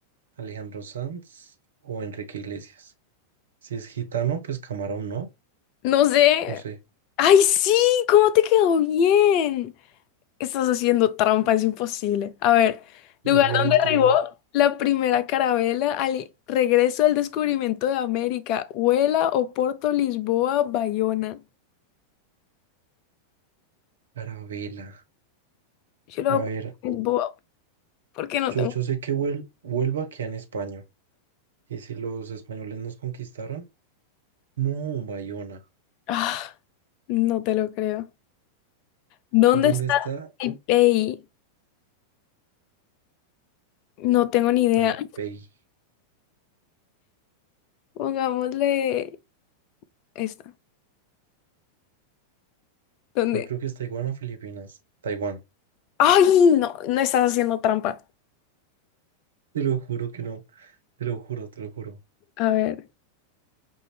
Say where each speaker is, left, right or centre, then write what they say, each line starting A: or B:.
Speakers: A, on the right (about 65°); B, on the left (about 40°).
A: Alejandro Sanz o Enrique Iglesias. Si es gitano, pues Camarón no,
B: No sé.
A: no sé.
B: ¡Ay, sí! ¿Cómo te quedó bien? Estás haciendo trampa, es imposible. A ver, lugar
A: Obviamente
B: donde arribó
A: no.
B: la primera carabela al regreso del descubrimiento de América, Huela, Oporto, Lisboa, Bayona.
A: Carabela.
B: Yo lo
A: A
B: voy a
A: ver,
B: poner Lisboa porque no
A: yo,
B: tengo...
A: yo sé que Huel- Huelva queda en España. Y si los españoles nos conquistaron, no, Bayona.
B: Ah, no te lo creo. ¿Dónde
A: ¿Dónde
B: está
A: está
B: Taipei? No tengo ni idea.
A: Taipei?
B: Pongámosle esta. ¿Dónde?
A: Yo creo que es Taiwán o Filipinas. Taiwán.
B: ¡Ay! No, no estás haciendo trampa.
A: Te lo juro que no. Te lo juro, te lo juro.
B: A ver,